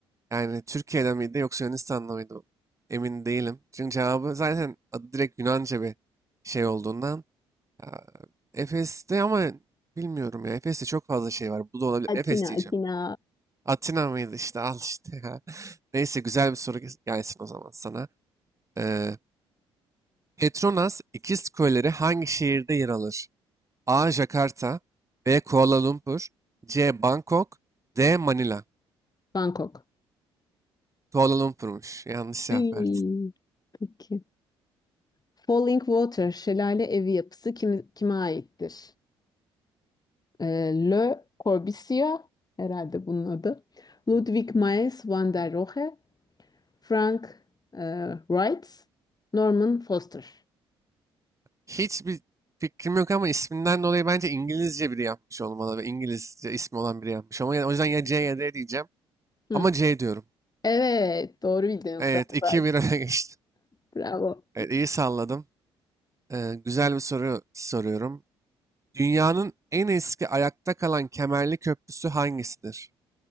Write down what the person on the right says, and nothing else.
Yani Türkiye'de miydi yoksa Yunanistan'da mıydı? Emin değilim. Çünkü cevabı zaten adı direkt Yunanca bir şey olduğundan. Ya, Efes'te ama bilmiyorum ya. Efes'te çok fazla şey var. Bu da olabilir.
Efes diyeceğim.
Atina mıydı işte <laughs> al işte ya. <laughs> Neyse güzel bir soru gel- gelsin o zaman sana. Ee, Petronas İkiz Kuleleri hangi şehirde yer alır? A. Jakarta B. Kuala Lumpur C. Bangkok D. Manila
Kuala Lumpur'muş. Yanlış cevap
verdin.
Hiçbir fikrim yok ama isminden dolayı bence İngilizce biri yapmış olmalı. ve İngilizce ismi olan biri yapmış. Ama yani, o yüzden ya C ya D diyeceğim.
Ama C diyorum.
Evet,
iki bir öne <laughs> geçtim.
Evet, iyi salladım. Ee, güzel bir soru soruyorum. Dünyanın en eski ayakta kalan kemerli köprüsü hangisidir?